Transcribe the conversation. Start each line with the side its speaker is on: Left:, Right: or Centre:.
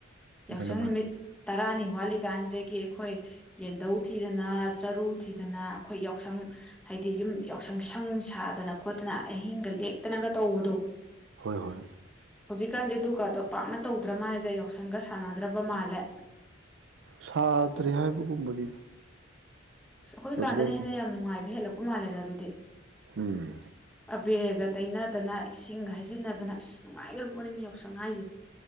Centre: ꯌꯥꯎꯁꯪ
Right: ꯃꯥꯅꯦ ꯃꯥꯅꯦ
Centre: ꯅꯨꯃꯤꯠ ꯇꯔꯥꯅꯤ ꯋꯥꯠꯂꯤꯀꯥꯟꯁꯤꯗꯒꯤꯩ ꯒꯤ ꯑꯩꯈꯣꯏ ꯌꯦꯟꯙꯧ ꯊꯤꯗꯅ ꯆꯔꯨ ꯊꯤꯗꯅ ꯑꯩꯈꯣꯏ ꯌꯥꯎꯁꯪ ꯍꯥꯏꯗꯤ ꯌꯨꯝ ꯌꯥꯎꯁꯪ ꯁꯪ ꯁꯥꯗꯅ ꯈꯣꯠꯇꯅ ꯑꯍꯤꯡꯒ ꯂꯦꯛꯇꯅꯒ ꯇꯧꯕꯗꯣ
Right: ꯍꯣꯏ ꯍꯣꯏ
Centre: ꯍꯧꯖꯤꯀꯥꯟꯗꯗꯤ ꯗꯨꯒꯥꯗꯣ ꯄꯥꯛꯅ ꯇꯧꯗ꯭ꯔ ꯃꯥꯜꯂꯦꯗ ꯌꯥꯎꯁꯪꯒ ꯁꯥꯟꯅꯗ꯭ꯔꯕ ꯃꯥꯜꯂꯦ
Right: ꯁꯥꯗ꯭ꯔꯦ ꯍꯥꯏꯕꯒꯨꯝꯕꯅꯤ
Centre: ꯑ ꯑꯩꯈꯣꯏ
Right: ꯍꯧꯖꯤꯛꯀꯥꯟ
Centre: ꯀꯥꯟꯗꯅ ꯍꯦꯟꯅ ꯌꯥꯝ ꯅꯨꯡꯉꯕ ꯍꯦꯜꯂꯛꯄ ꯎ ꯃꯥꯜꯂꯦꯗ ꯑꯗꯨꯗꯤ
Right: ꯎꯝ
Centre: ꯑꯕꯔꯒ ꯇꯩꯅꯗꯅ ꯏꯁꯤꯡꯒ ꯍꯩꯖꯤꯟꯅꯗꯅ ꯑꯁ ꯅꯨꯡꯉꯥꯏꯈ꯭ꯔꯕ ꯄꯣꯠꯅꯤꯅꯤ ꯌꯥꯎꯁꯪ ꯍꯥꯏꯥꯏꯁꯦ